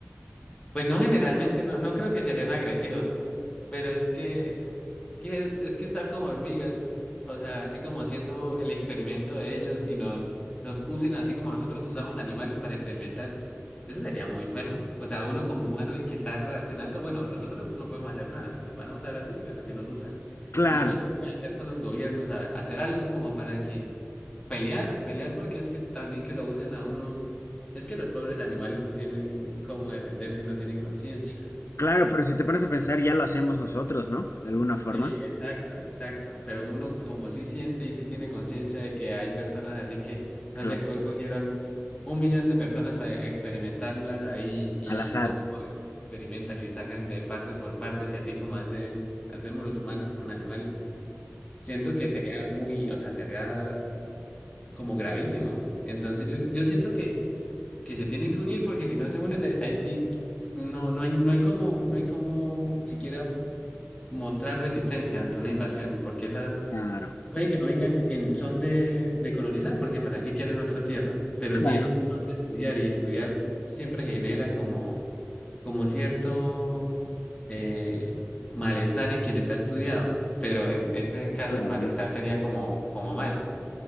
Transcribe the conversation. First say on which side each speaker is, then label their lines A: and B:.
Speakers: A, on the left (about 25°); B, on the left (about 75°).
A: Pues no, generalmente no, no creo que serían agresivos, pero es que que es que estar como hormigas, o sea, así como haciendo el experimento de ellos y nos, nos usen así como nosotros usamos animales para experimentar, eso sería muy feo. <laughs> O sea, uno como humano y que está reaccionando, bueno, nosotros no podemos hacer nada, si nos van a usar así, pues así nos usan.
B: Claro,
A: Lo único es que pueden hacer son los gobiernos, a- hacer algo como para que pelear, pelear porque es que también que lo usen a uno, es que los pobres animales no tienen cómo defenderse, no tienen conciencia.
B: claro, pero si te pones a pensar, ya lo hacemos nosotros, ¿no? De alguna forma.
A: Sí, exacta, exacta. Pero uno como sí siente y sí tiene conciencia de que hay personas así que, no
B: Claro,
A: sé, hoy cogieron un millón de personas para experimentarlas ahí y
B: al azar.
A: cómo experimentan y le sacan de partes por partes y así como hacen, hacemos los humanos con animales. Siento que sería muy, o sea, sería como gravísimo. Entonces yo, yo siento que, que se tienen que unir porque si no se unen, eh, ahí sí no, no hay, no hay como, no hay como siquiera mostrar resistencia ante una invasión, porque esa
B: Claro,
A: Puede que no vengan en son de, de colonizar, porque ¿para qué quieren otra tierra? Pero
B: claro,
A: sí en son de estudiar, y estudiar siempre genera como, como cierto eh, malestar en quien está estudiado, pero en este caso
B: claro.
A: el malestar sería como, como mal.